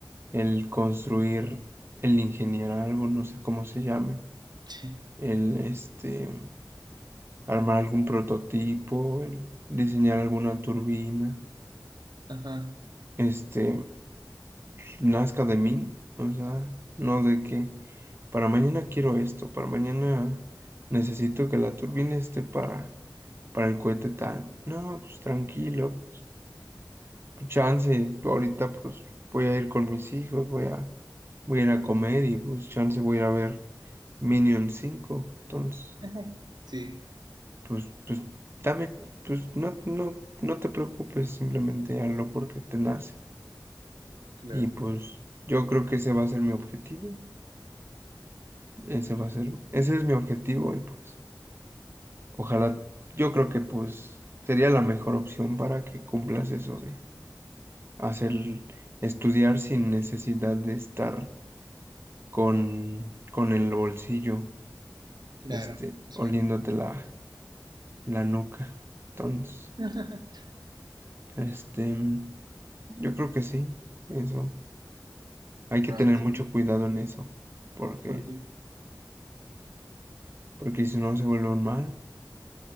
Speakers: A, on the right; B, on the right.
A: el construir, el ingeniar algo, no sé cómo se llame,
B: <laughs>
A: el este, armar algún prototipo, el diseñar alguna turbina,
B: Ajá.
A: este, nazca de mí, o sea, no de que para mañana quiero esto, para mañana necesito que la turbina esté para, para el cohete tal. No, pues tranquilo, chance, ahorita pues voy a ir con mis hijos, voy a, voy a ir a comer y pues chance voy a ir a ver Minion cinco Entonces,
B: Ujú. Sí,
A: pues, pues dame, pues no, no, no te preocupes, simplemente hazlo porque te nace.
B: claro,
A: Y pues yo creo que ese va a ser mi objetivo, ese va a ser, ese es mi objetivo y pues ojalá, yo creo que pues sería la mejor opción para que cumplas eso de hacer, estudiar sin necesidad de estar con, con el bolsillo,
B: claro,
A: este,
B: sí.
A: oliéndote la, la nuca. Entonces,
B: <laughs>
A: este, yo creo que sí, eso. Hay que
B: Wow,
A: tener mucho cuidado en eso, porque,
B: porque
A: porque si no se vuelve un mal.